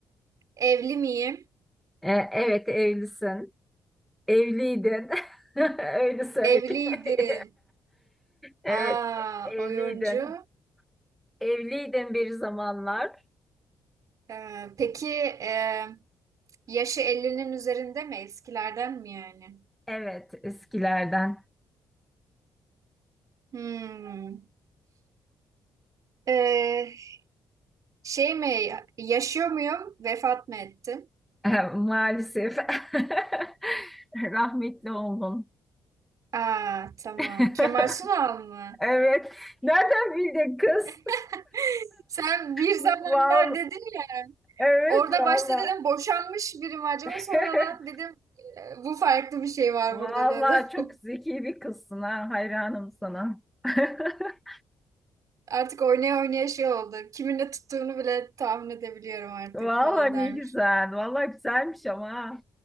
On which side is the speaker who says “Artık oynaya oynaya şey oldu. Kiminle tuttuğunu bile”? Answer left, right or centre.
Right